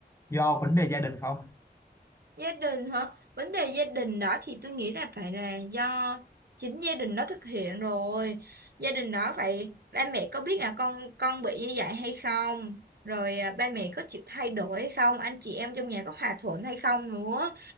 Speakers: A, on the left; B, on the right.
A: do vấn đề gia đình không
B: Gia đình hả? Vấn đề gia đình đó thì tôi nghĩ là phải là do chính gia đình đó thực hiện rồi. Gia đình đó vậy ba mẹ có biết là con con bị như vậy hay không? Rồi à, ba mẹ có chịu thay đổi hay không? Anh chị em trong nhà có hòa thuận hay không nữa?